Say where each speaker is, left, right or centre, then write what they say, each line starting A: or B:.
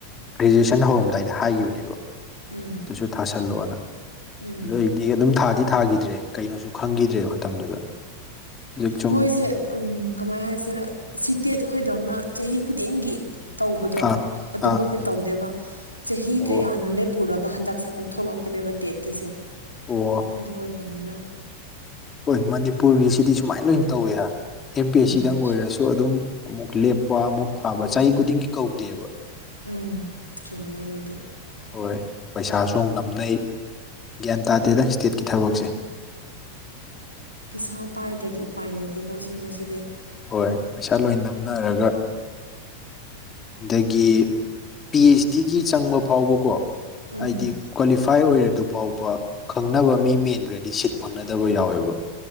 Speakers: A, on the left; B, on the left.
A: ꯒ꯭ꯔꯦꯖꯨꯑꯦꯁꯟ ꯍꯧꯔꯝꯗꯥꯏꯗ ꯍꯥꯏꯈꯤꯕꯅꯦꯕ
B: ꯎꯝ
A: ꯇꯁꯨ ꯊꯥꯁꯜꯂꯣꯅ
B: ꯎꯝ
A: ꯑꯗꯨ ꯗꯤ ꯑꯗꯨꯝ ꯊꯥꯗꯤ ꯊꯥꯈꯤꯗ꯭ꯔꯦ ꯀꯩꯅꯣꯁꯨ ꯈꯪꯈꯤꯗ꯭ꯔꯦ ꯃꯇꯝꯗꯨꯗ ꯍꯧꯖꯤꯛ ꯁꯨꯝ
B: ꯃꯣꯏꯁꯦ ꯎꯝ ꯀꯃꯥꯏ ꯍꯥꯏꯁꯤꯅ ꯁꯤꯇꯦꯠ ꯈꯣꯏꯗꯧꯅ ꯆꯍꯤ ꯈꯨꯗꯤꯡꯒꯤ ꯇꯧꯕꯗꯣ
A: ꯑꯥ
B: ꯑꯗꯨꯃꯛꯇꯤ
A: ꯑꯥ
B: ꯇꯧꯗꯦꯕ ꯆꯍꯤ
A: ꯑꯣ
B: ꯀꯌꯥꯅꯣ ꯂꯦꯞ ꯄꯨꯔꯒ ꯍꯟꯗꯛꯁꯦ ꯑꯃꯨꯛ ꯊꯣꯛꯂꯛꯄꯅꯦꯕ ꯇꯦꯠꯀꯤꯁꯦ
A: ꯑꯣ
B: ꯑꯗꯨ ꯑꯣꯏꯕꯅꯤꯅ
A: ꯍꯣꯏ ꯃꯅꯤꯄꯨꯔꯒꯤꯁꯤꯗꯤ ꯁꯨꯃꯥꯏꯅ ꯂꯣꯏꯅ ꯇꯧꯋꯤꯗ ꯑꯦꯝ ꯄꯤ
B: ꯎꯝ
A: ꯑꯦꯁ ꯁꯤꯗꯪ ꯑꯣꯏꯔꯁꯨ ꯑꯗꯨꯝ ꯑꯃꯨꯛ ꯂꯦꯞ ꯂꯨꯄꯥꯃꯨꯛ ꯊꯥꯕ ꯆꯍꯤ ꯈꯨꯗꯤꯡꯒꯤ ꯀꯧꯗꯦꯕ
B: ꯎꯝ ꯆꯨꯝꯃꯦ ꯑꯗꯨꯗꯤ
A: ꯍꯣꯏ ꯄꯩꯁꯥꯁꯨ ꯅꯝꯅꯩ ꯒ꯭ꯌꯥꯟ ꯇꯥꯗꯦꯗ ꯏꯁꯇꯦꯠꯀꯤ ꯊꯕꯛꯁꯦ
B: ꯄꯤꯁꯥ ꯄꯥꯏꯗ꯭ꯔꯗꯤ ꯎꯄꯥꯏ ꯂꯩꯇꯦꯀꯣ ꯁꯤꯒꯨꯝꯕꯁꯤꯗꯤ
A: ꯍꯣꯏ ꯄꯩꯁꯥ ꯂꯣꯏ ꯅꯝꯅꯔꯒ ꯑꯗꯒꯤ ꯄꯤ ꯑꯩꯆ ꯗꯤꯒꯤ ꯆꯪꯕ ꯐꯥꯎꯕꯀꯣ
B: ꯎꯝ
A: ꯍꯥꯏꯗꯤ ꯀ꯭ꯋꯥꯂꯤꯐꯥꯏ ꯑꯣꯏꯔꯗꯨ ꯐꯥꯎꯕ ꯈꯪꯅꯕ ꯃꯤ ꯃꯦꯟꯈ꯭ꯔꯗꯤ ꯁꯤꯠ ꯐꯪꯅꯗꯕ ꯌꯥꯎꯋꯦꯕ